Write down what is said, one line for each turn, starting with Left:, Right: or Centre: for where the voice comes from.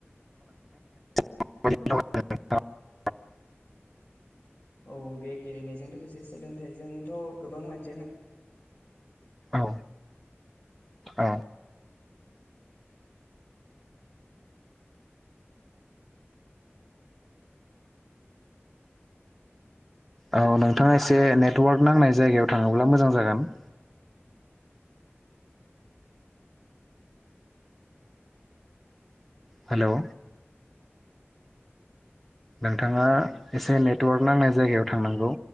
Centre: <unintelligible>
Left: औ बे गेलेनायजों लोगोसे सोलोंथाइजोंथ' गोबां मानसियानो
Centre: औ औ औ नोंथाङा एसे नेटवार्क नांनाय जायगायाव थाङोब्ला मोजां जागोन। हेलौ नोंथाङा एसे नेटवारक नांनाय जायगायाव थांनांगौ